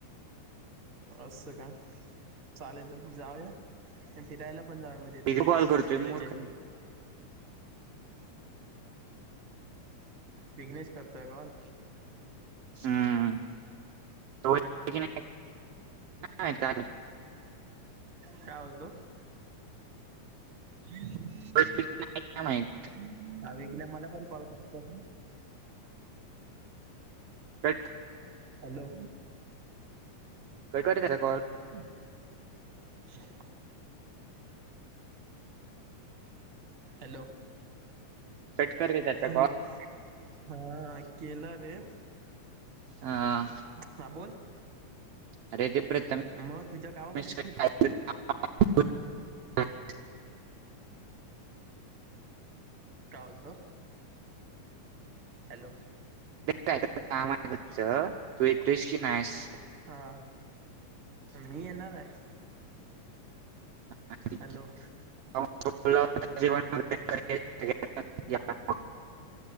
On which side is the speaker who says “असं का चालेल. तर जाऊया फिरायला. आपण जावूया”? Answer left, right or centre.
Right